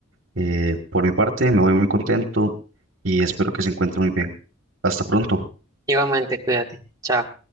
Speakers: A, on the right; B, on the right.
A: Eh, por mi parte, me voy muy contento y espero que se encuentre muy bien. Hasta pronto.
B: Igualmente, cuídate. Chao.